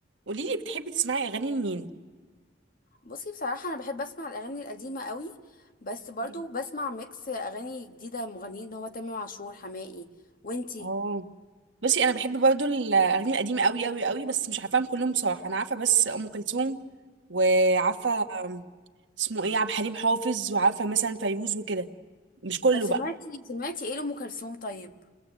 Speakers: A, on the right; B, on the left.
A: قولي لي بتحبي تسمعي اغاني لمين
B: بصي بصراحة أنا بحب أسمع الأغاني القديمة قوي بس برضو
A: مم.
B: بسمع ميكس أغاني جديدة مغنيين اللي هو تامر عاشور حماقي وانتي
A: اه بصي انا بحب برضو الاغاني القديمه قوي قوي قوي بس مش عارفاهم كلهم بصراحه انا عارفه بس ام كلثوم وعارفه اسمه ايه عبد الحليم حافظ وعارفه مثلا فيروز وكده مش كله
B: طب سمعتي
A: بقى
B: سمعتي ايه لأم كلثوم طيب